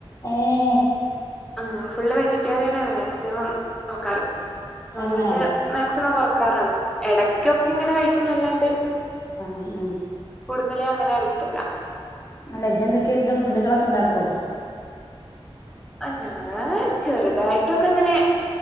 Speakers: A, on the left; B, in the centre.
A: ഏഹ്
B: ആഹ് ഫുള്ള് വെജിറ്റേറിയനാണ് മാക്സിമം നോക്കാറ് നോൺ
A: തന്നെ
B: വെജ് മാക്സിമം കൊറക്കാറാണ് എടക്ക്യൊക്കെങ്ങനെ കഴിക്കുന്നല്ലാണ്ട്
A: ഉം ഉം
B: കൂടുതലായി അങ്ങനെ അഡിറ്റല്ല.
A: അല്ല ജെന്തെക്കെ വിധം ഫുഡുകളൊക്കെണ്ടാക്കോ?
B: ആഹ് ഞാന് ചെറ്തായിട്ടൊക്കങ്ങനെ